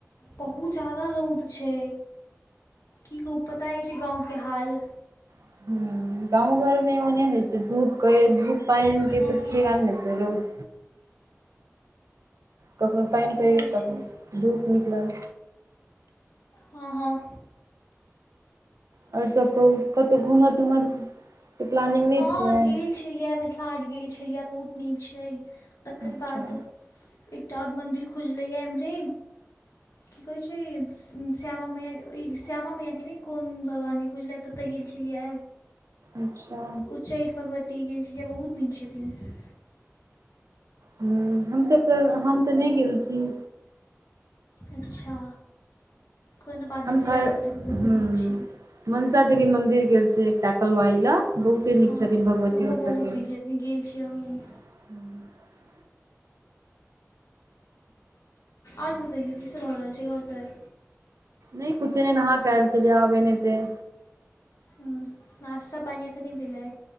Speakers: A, on the left (about 80°); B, on the right (about 80°).
A: बहुत जादा रौउद छै। कि कहु पता अइछ गाँवके हाल?
B: ह गाँव घरमे ओने होइ छै। धूप कहियो- धूप पानिके
A: हँ
B: तऽ <unintelligible> नहि छै। रौउद कखनो पानि
A: सएह
B: पड़ि गेल,
A: छै
B: कखनो धूप निकलल।
A: हं-हं
B: और सब कहू? कतौ घूमऽ तुमऽ के प्लानिंग नहि
A: हॉं
B: छियै
A: गेल छलियै य, मिथिला हाट गेल छलियै य, बहुत नीक छै। तक्कर
B: अच्छा
A: बाद एकटा और मन्दिर खुजलै य एम्हरे। कि कहै छै, श्- श्यामा मैया, ई श्यामा मैयाके नहि, कोन भगवानके खुजलै या, ततऽ गेल छलियै।
B: अच्छा
A: उच्चैठ भगवती गेल छलियै। बहुत नीक छथिन।
B: हुं, हमसब तऽ, हम त नहि गेल छी।
A: अच्छा, कोनो बाद
B: हम
A: नै
B: खा
A: <unintelligible> बहुत
B: ह
A: नीक छै।
B: मनसा देवी मंदिर गेल छै एकटा कलवाही लग, बहुते
A: हँ
B: नीक छथिन भगवती
A: ओहो
B: ओतऽ
A: बहुत
B: के।
A: नीक गेल छियै हमहूँ।
B: <inaudible>
A: आर सभ कहियौ, किसभ भऽ रहल छै घर पर?
B: नै कुछे नै नहा क आएल चलियै आबे ने हेतै।
A: हुंह नास्ता पानि अखैन नै भेलै?